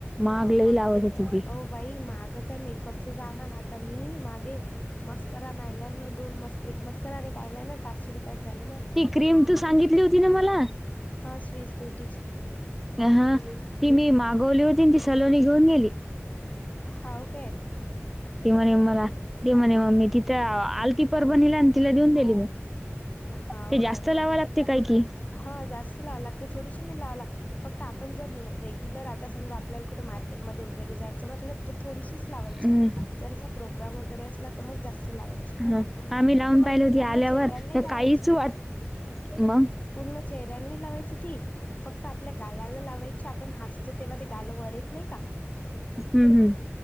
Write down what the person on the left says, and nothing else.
हो
महा
बाई मागच आहे मेकअपच सामान आता मी मागे मस्कररा ना आहिल्यानवर दोन मस् एक मस्कररान एक आल्यानवर पाचशे रुपयात झालं नाही.
हां स्वीज ब्युटीची
ह का?
हाव
काय
हा जास्त लावं लागते थोडीशी नाही लाव ला फक्त आपण जर रेग्युलर आता समजा आपल्याला कुठे मार्केटमध्ये वगैरे जायचं न तर थोडीशीच लावायची
जर प्रोग्राम वगैरे असला तर मग जास्त लावायचे
अ ते
पूर्ण
चेहऱ्याला नाही
लावायची.
पूर्ण चेहऱ्यानी लावायची ती फक्त आपल्या गालाला लावायची आपण हसतो तेव्हा ते गाल वरेत नाही का?